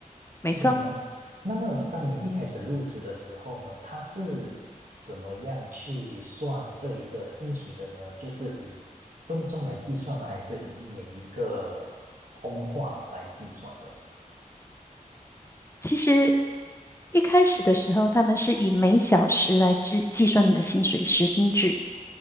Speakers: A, on the left; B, on the right.
A: 没错，
B: 嗯，那那么当你一开始入职的时候呢，他是怎么样去算这一个薪水的呢？就是以分钟来计算吗？还是以每一个通话来计算的？
A: 其实一开始的时候，他们是以每小时来计计算你的薪水，时薪制。